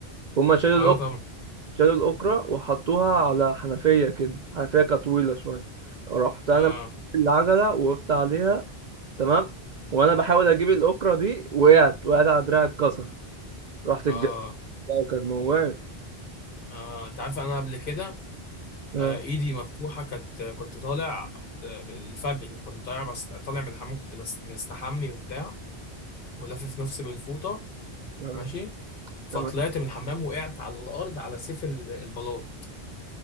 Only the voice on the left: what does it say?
اه
طبعا
اه
اه
اه انت عارف انا قبل كده
آه ايدي مفتوحه كانت كنت طالع كنت الفجر كنت طالع بس طالع من الحمام كنت بس مستحمي وبتاع ولافف نفسي بالفوطه
ماشي فطلعت
من الحمام وقعت على الارض على سيف ال- البلاط